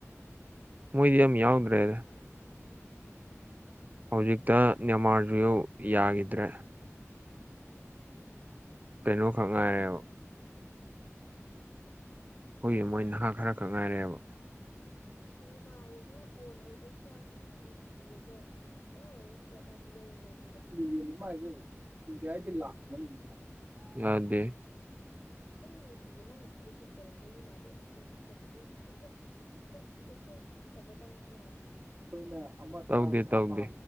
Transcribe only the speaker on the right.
ꯃꯣꯏꯗꯤ ꯌꯥꯝ ꯌꯥꯎꯗ꯭ꯔꯦꯗ ꯍꯧꯖꯤꯛꯇ ꯅꯅꯤꯃꯥꯔꯖ ꯌꯥꯈꯤꯗ꯭ꯔꯦ ꯀꯩꯅꯣ ꯐꯪ ꯉꯥꯏꯔꯦꯕ ꯑꯩꯈꯣꯏꯒꯤ ꯃꯣꯏ ꯅꯍꯥ ꯈꯔ ꯈꯛ ꯉꯥꯏꯔꯑꯦꯕ
<unintelligible> ꯌꯥꯗꯦ
<unintelligible> ꯇꯧꯗꯦ ꯇꯧꯗꯦ